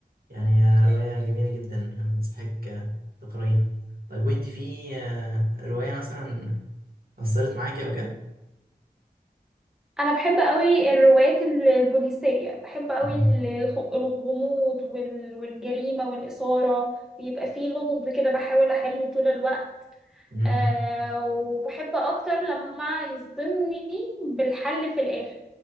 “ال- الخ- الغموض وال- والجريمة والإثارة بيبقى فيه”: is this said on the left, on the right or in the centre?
Centre